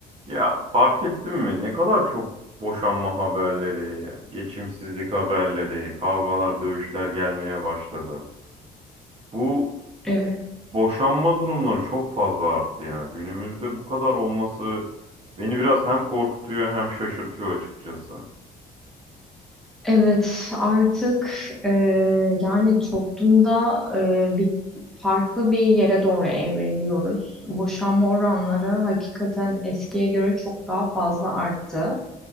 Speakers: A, on the right; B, in the centre.
A: Ya fark ettin mi? Ne kadar çok boşanma haberleri, geçimsizlik haberleri, kavgalar, dövüşler gelmeye başladı. Bu
B: Evet,
A: boşanma durumları çok fazla arttı ya. Günümüzde bu kadar olması beni biraz hem korkutuyor hem şaşırtıyor açıkçası.
B: evet artık e, yani toplumda e, bir farklı bir yere doğru evriliyoruz. Boşanma oranları hakikaten eskiye göre çok daha fazla arttı.